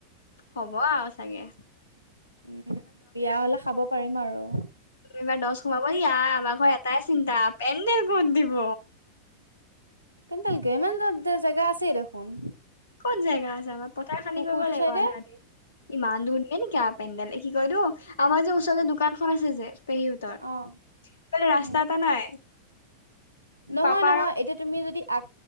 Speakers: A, on the left (about 60°); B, on the right (about 85°).
A: হ'ব আও চাগৈ।
B: উম' বিয়া হলে খাব পাৰিম আৰু।
A: তুমিবাৰ দছ সোমাব দিয়া আমাৰ ঘৰ এটাই চিন্তা পেণ্ডেল কত দিব।
B: পেণ্টালকে ইমান জেগা আছে দেখোন <unintelligible>
A: ক'ত জেগা আছে আমাৰ পথাৰ খালি
B: পুখুৰীটো
A: কৰিব লাগিব
B: চাইডে
A: আধা দিন। ইমান দূৰণিয়া নেকি আ পেণ্ডেল কি কয় কৰিলোঁ আমাৰ যে ওচৰতে দোকানখন আছে যে। পেহীহঁতৰ
B: অ',
A: সেইফালে ৰাস্তা
B: উম।
A: এটা নাই।
B: নহয়
A: পাপা
B: নহয়
A: আৰু
B: এতিয়া তুমি যদি আগ